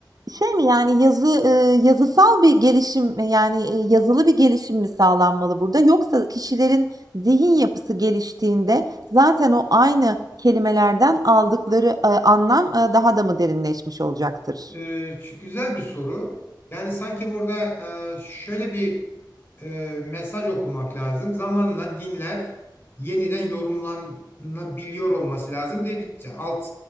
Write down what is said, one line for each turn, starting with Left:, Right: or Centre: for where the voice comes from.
Right: şey mi, yani, yazı, eee, yazısal bir gelişim, e, yani, eee, yazılı bir gelişim mi sağlanmalı burada yoksa kişilerin zihin yapısı geliştiğinde zaten o aynı kelimelerden aldıkları, eee, anlam, eee, daha da mı derinleşmiş olacaktır?
Left: Ee, ç- güzel bir soru. Yani sanki burada e, şöyle bir e, mesaj okumak lazım. Zamanla dinler yeniden yorumlanabiliyor olması lazım diye bir alt